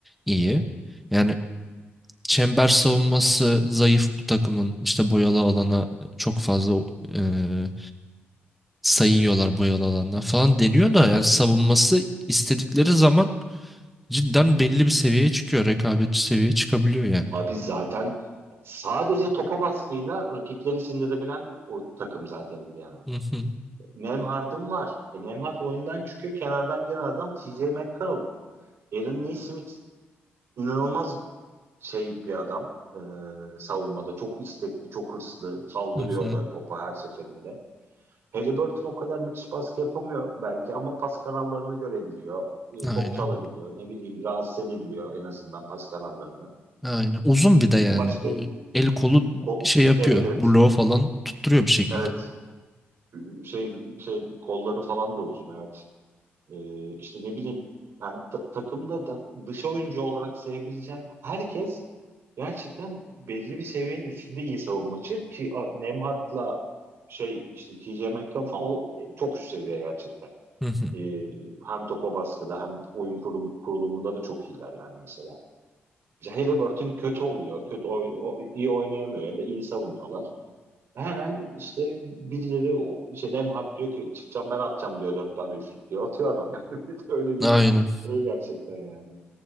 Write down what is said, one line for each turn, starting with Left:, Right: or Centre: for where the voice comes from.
Centre: iyi. Yani çember savunması zayıf bu takımın. İşte boyalı alana çok fazla e, sayıyorlar boyalı alandan falan deniyor da yani savunması istedikleri zaman cidden belli bir seviyeye çıkıyor. Rekabetçi seviyeye çıkabiliyor yani.
Right: Abi zaten sadece topa baskıyla rakipleri sindirebilen bir o takım zaten Indiana.
Centre: Hı hı,
Right: Nemhard'ın var. E, Nemhard oyundan çıkıyor. Kenardan gelen adam TJ McConnell. Aaron Neesmith inanılmaz şey bir adam. e, savunmada. Çok istekli, çok hırslı. Saldırıyor
Centre: hı hı.
Right: da topa her seferinde. Haliburton o kadar müthiş baskı yapamıyor belki ama pas kanallarını görebiliyor. E,
Centre: Aynen.
Right: top çalabiliyor. Ne bileyim rahatsız edebiliyor en azından pas kanallarını.
Centre: Aynen. Uzun bir de yani.
Right: Başka...
Centre: O el kolu
Right: ko-
Centre: şey yapıyor.
Right: evet evet.
Centre: Bloğu falan tutturuyor bir şekilde.
Right: Evet. Şey şey kolları falan da uzun evet. Ee, işte ne bileyim yani ta- takımda da dış oyuncu olarak sayabileceğin herkes gerçekten belli bir seviyenin üstünde iyi savunmacı ki a- Nemhard'la şey işte TJ McConnell falan o e, çok üst seviye gerçekten.
Centre: Hı hı.
Right: Ee, hem topa baskıda hem oyun kurum, kurulumunda da çok iyiler yani mesela. İşte Halliburton kötü oluyor. Kötü oy- o- iyi oynayamıyor ya da iyi savunuyorlar. Hemen işte birileri o işte Nemhat diyor ki çıkacağım ben atacağım diyor dört tane üçlük diyor. Atıyor adam yani. <laughs> Bir de Öyle bir
Centre: Aynen.
Right: şey gerçekten yani.